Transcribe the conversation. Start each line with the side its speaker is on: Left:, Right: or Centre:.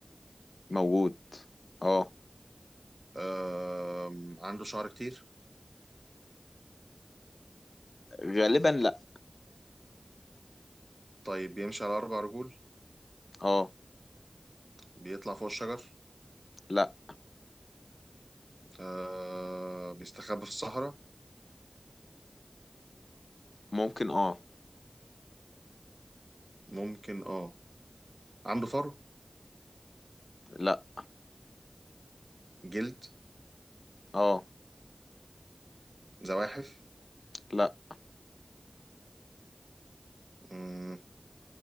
Left: موجود اه
Right: آه عنده شعر كتير
Left: غالبا لا
Right: طيب بيمشي على اربع رجول
Left: اه
Right: بيطلع فوق الشجر
Left: لا
Right: آه بيستخبى في الصحراء
Left: ممكن اه
Right: ممكن اه عنده فر
Left: لا
Right: جلد
Left: اه
Right: زواحف
Left: لا
Right: امم